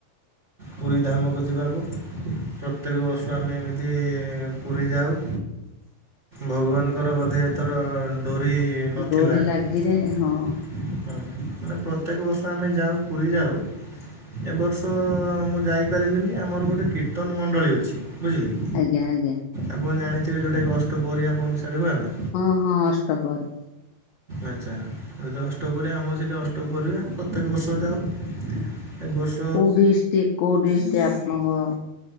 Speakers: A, on the right; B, on the left.
A: ପୁରୀ ଧାମକୁ ଯିବାକୁ। ପ୍ରତ୍ୟେକ ବର୍ଷ ଆମେ ଏମିତି ପୁରୀ ଯାଉ। ଭଗବାନଙ୍କର ବୋଧେ ତୋର ଡୋରି ନଥିଲା
B: ଡୋରି ଲାଗିଲେ
A: ହଁ ମାନେ
B: ହଁ
A: ପ୍ରତ୍ୟେକ ବର୍ଷ ଆମେ ଯାଉ ପୁରୀ ଯାଉ। ଏବର୍ଷ ମୁଁ ଯାଇପାରିଲିନି ଆମର ଗୋଟେ କୀର୍ତ୍ତନ ମଣ୍ଡଳୀ ଅଛି ବୁଝିଲେ କି।
B: ଆଜ୍ଞା ଆଜ୍ଞା।
A: ଆପଣ ଜାଣିଥିବେ ଯୋଉଟା କି ଅଷ୍ଟ ପ୍ରହରୀ ଆପଣଙ୍କ ସିଆଡେ ହୁଏନା।
B: ହଁ ହଁ ଅଷ୍ଟପହରି।
A: ଆଚ୍ଛା ସେଠି ଅଷ୍ଟପ ଆମର ସେଠି ଅଷ୍ଟପହରି ଆମେ ପ୍ରତ୍ୟେକ ବର୍ଷ ଯାାଉ। ଏ ବର୍ଷ
B: କଉ ଡିଷ୍ଟିକ କଉ ଡିଷ୍ଟିକ ଆପଣଙ୍କ